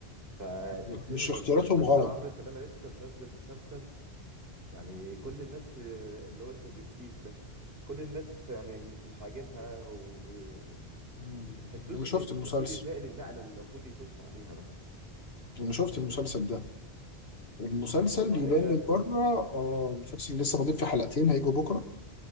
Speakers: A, on the right; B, on the left.
A: فالفيلم
B: لأ مش
A: يبقى
B: اختياراتهم
A: ظابط حتى
B: غلط
A: عمرو سلامة لسه منزل مسلسل يعني كل الناس آه، اللي هو اسمه برستيج ده كل الناس يعني مش عاجبها ويعني
B: مم.
A: بتحسوش
B: أنا شفت
A: المفروض
B: المسلسل
A: يتنقل النقله اللي المفروض يخش عليها بقى
B: أنا شفت المسلسل ده المسلسل
A: والله
B: يبان
A: ايه
B: من
A: اخبار
B: بره آه المسلسل لسه فاضل فيه حلقتين هيجوا بكرة